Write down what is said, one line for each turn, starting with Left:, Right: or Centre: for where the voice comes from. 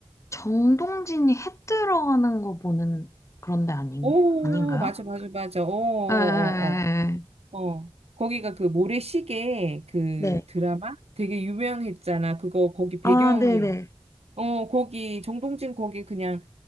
Left: 정동진이 해 들어가는 거 보는 그런 데 아닌,
Right: 오,
Left: 아닌가요?
Right: 맞아, 맞아, 맞아. 어, 어,
Left: 에, 에, 에,
Right: 어, 어. 어. 거기가 그 모래시계 그
Left: 네.
Right: 드라마 되게 유명했잖아. 그거 거기 배경,
Left: 아, 네네.
Right: 어, 거기 정동진 거기 그냥